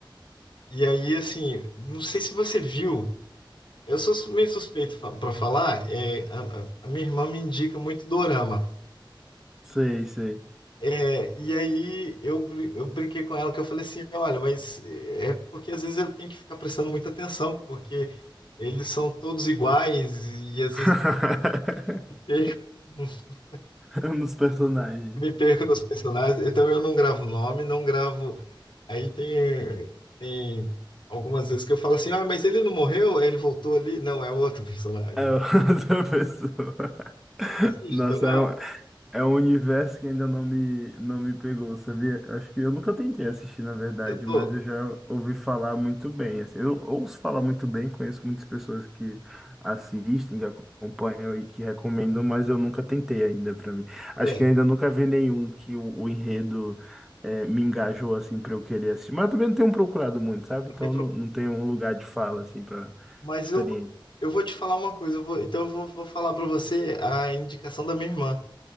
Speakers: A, on the left (about 65°); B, in the centre.
A: E aí, assim, não sei se você viu. Eu sou meio suspeito para falar, é, a, a- a minha irmã me indica muito dorama.
B: Sei, sei.
A: É, e aí eu, br- eu brinquei com ela que eu falei assim, olha, mas é é porque às vezes eu tenho que ficar prestando muita atenção, porque eles são todos iguais e às
B: <laughs>
A: vezes eu me perco, <laughs>
B: Nos personagens.
A: me perco nos personagens. Então eu não gravo nome, não gravo. Aí tem, tem algumas vezes que eu falo assim, ah, mas ele não morreu? Ele voltou ali? Não, é outro personagem.
B: É outra <laughs> pessoa.
A: Assiste,
B: Nossa,
A: dorama,
B: é um, é um universo que ainda não me, não me pegou, sabia? Eu Acho que eu nunca tentei assistir, na verdade,
A: tentou?
B: mas eu já ouvi falar muito bem. assim. eu ouço falar muito bem, conheço muitas pessoas que assistem, que acompanham e que recomendam, mas eu nunca tentei ainda pra mim. Acho
A: Olha,
B: que eu ainda nunca vi nenhum que o, o enredo eh, me engajou assim pra eu querer assistir. Mas eu também não tenho procurado muito, sabe? Então
A: não tem
B: não, não tenho um lugar de fala assim para
A: Mas
B: experiência.
A: eu, vou- eu vou te falar uma coisa, eu vou- então eu vou, vou falar pra você a indicação da minha irmã,